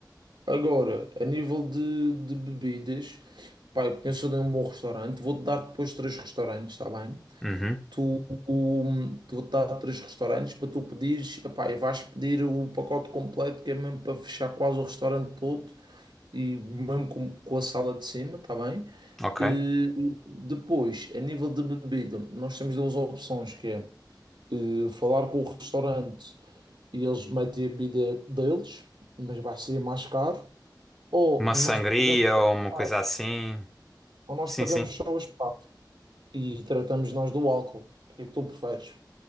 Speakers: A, on the right (about 80°); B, in the centre.
A: Agora, a nível de, de bebidas, pá, eu conheço ali um bom restaurante. Vou-te dar depois três restaurantes, está bem?
B: Uhum,
A: tu, um, tu tá a três restaurantes para tu pedires, epá, e vais pedir o pacote completo que é mesmo para fechar quase o restaurante todo e mesmo com, com a sala de cima, tá bem?
B: ok.
A: Eh, depois, a nível de bebida, nós temos duas opções que é eh, falar com o restaurante e eles metem a bebida deles, mas vai ser mais caro, ou
B: Uma
A: nós
B: sangria
A: pagamos só
B: ou
A: o
B: uma
A: espaço,
B: coisa assim.
A: ou nós
B: Sim,
A: pagamos
B: sim.
A: só o espaço e tratamos nós do álcool. O que é que tu preferes?